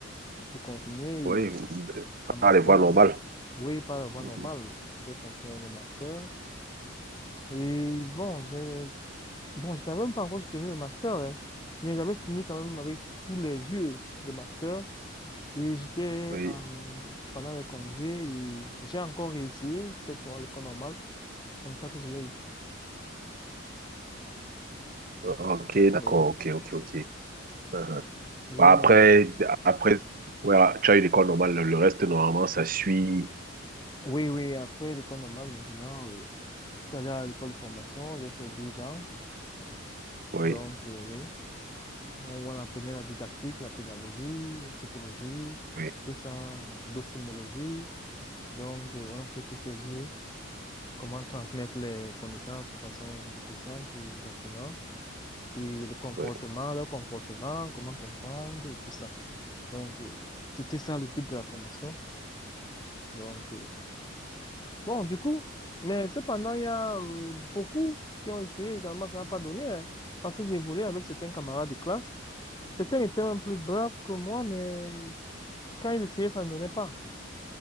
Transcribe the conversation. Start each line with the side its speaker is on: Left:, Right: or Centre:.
Left: de continuer
Right: Oui, vous- euh,
Left: un master,
Right: ah, les voies normales.
Left: oui, par la voie
Right: Mhm.
Left: normale, j'ai continué mon master. Et bon, j'ai Bon, je n'avais même pas encore soutenu le master, hein. Mais j'avais fini quand même avec tous les yeux le master. Et j'étais
Right: Oui.
Left: en- pendant les congés et j'ai encore réessayé cette fois l'école normale. C'est comme ça que je l'ai eu.
Right: Ah, Ok, d'accord,
Left: Oui,
Right: ok, ok, ok.
Left: oui.
Right: Mhm.
Left: j'ai
Right: Bah,
Left: eu
Right: après,
Left: en-
Right: après ouais, tu as eu l'école normale, le, le reste, normalement, ça suit.
Left: Oui, oui, après l'école normale, maintenant, euh, je suis allé à l'école de formation, j'ai fait deux ans.
Right: Oui,
Left: Donc, euh, oui, on, on apprenait la didactique, la pédagogie, psychologie,
Right: oui,
Left: tout ça, docimologie. Donc, euh, on a fait tous ces yeux. comment transmettre les connaissances de façon efficiente aux apprenants et le comportement,
Right: oui.
Left: leur comportement, comment comprendre et tout ça. Donc, euh, c'était ça le but de la formation. Donc, euh, bon, du coup, mais cependant, il y a euh, beaucoup qui ont essayé également, ça n'a pas donné, hein, parce que j'ai évolué avec certains camarades de classe. Certains étaient même plus braves que moi, mais quand ils essayaient, ça ne donnait pas.